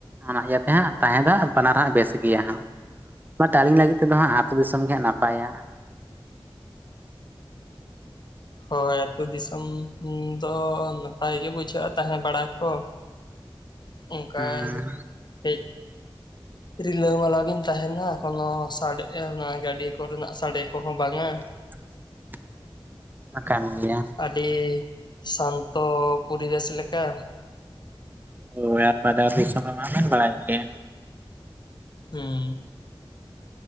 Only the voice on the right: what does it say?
ᱚᱱᱟ ᱤᱭᱟᱹᱛᱮ ᱦᱟᱸᱜ ᱛᱟᱦᱮᱸ ᱫᱚ ᱟᱯᱱᱟᱨ ᱦᱟᱸᱜ ᱵᱮᱥ ᱜᱮᱭᱟ ᱦᱟᱸᱜ᱾ ᱵᱟᱴ ᱟᱹᱞᱤᱧ ᱞᱟᱹᱜᱤᱫ ᱛᱮᱫᱚ ᱦᱟᱸᱜ ᱟᱹᱛᱩ ᱫᱤᱥᱚᱢ ᱜᱮ ᱦᱟᱸᱜ ᱱᱟᱯᱟᱭᱟ᱾
ᱦᱩᱸ
<unintelligible> ᱠᱟᱱ ᱜᱮᱭᱟ
ᱦᱳᱭ ᱟᱨ ᱵᱟᱡᱟᱨ ᱫᱤᱥᱚᱢ ᱦᱟᱜ ᱵᱟᱲᱟᱭ ᱜᱮᱭᱟ᱾